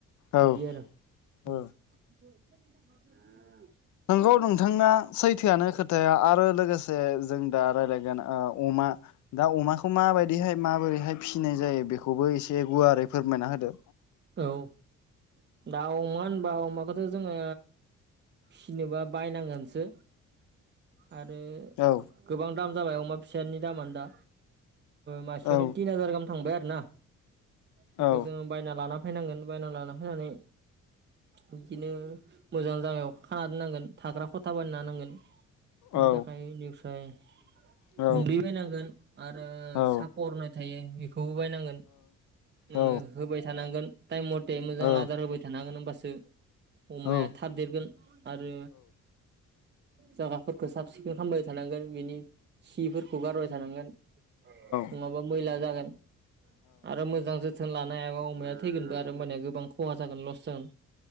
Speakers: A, on the left; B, on the right.
A: औ
B: बिदि आरो। <unintelligible>
A: औ नोंगौ नोंथांना सै थोयानो खोथाया आरो लोगोसे जों दा रायलायगोन अमा दा अमाखौ माबायदिहाय माबोरैहाय फिसिनाय जायो बेखौबो एसे गुवारै फोरमायना होदो?
B: औ दा अमा होनबा अमाखौथ' जोङो फिनोबा बायनांगोनसो। आरो
A: औ
B: गोबां दाम जाबाय अमा फिसानि दामानो दा। मासेयावनो
A: औ
B: तिन हाजार गाहाम थांबाय आरो। ना बेखौ
A: औ
B: जोङो बायना लाना बायनांगोन बायना लाना होनानै बिदिनो मोजां जागायाव खाना दोननांगोन थाग्राफोर बानायना होनांगोन बिनि
A: औ
B: थाखाय बेनिफ्राय
A: औ
B: गुन्दै बायनांगोन आरो
A: औ
B: सापर थायो बेखौबो बायनांगोन नोङो
A: औ
B: होबाय थानांगोन। टायेम मटे मोजां
A: औ
B: आदार होबाय थानांगोन होमबासो अमाया
A: औ
B: थाब देरगोन आरो जागाफोरखौ साब सिखोन खालामबाय थानांगोन बिनि खिफोरखौ गारबाय थानांगोन। नङाबा
A: औ
B: मैला जागोन। आरो मोजां जो जोथोन लानो हायाबा अमाया थैगोनबो आरो होमबानिया गोबां खहा जागोन लस जागोन